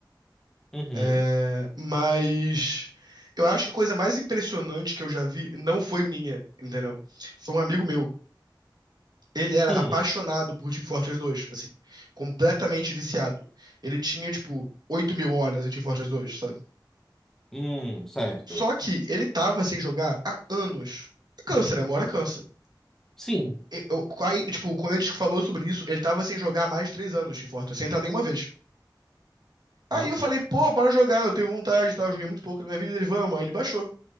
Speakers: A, in the centre; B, on the right (about 60°).
A: Uhum.
B: É, mas eu acho que a coisa mais impressionante que eu já vi não foi minha, entendeu? Foi um amigo meu. Ele era
A: Hum.
B: apaixonado por Team Fortress dois, assim, completamente viciado. Ele tinha, tipo, 8 mil horas em Team Fortress dois, sabe?
A: Hum, certo.
B: Só que ele tava sem jogar há anos. Câncer, né? Uma hora cansa.
A: Sim.
B: E- Eu, aí, tipo, quando a gente falou sobre isso, ele tava sem jogar há mais de 3 anos Team Fortress, sem entrar nenhuma vez. Aí
A: Nossa.
B: eu falei, pô, bora jogar, eu tenho vontade e tal, eu joguei muito pouco na minha vida, ele, vamos, aí ele baixou.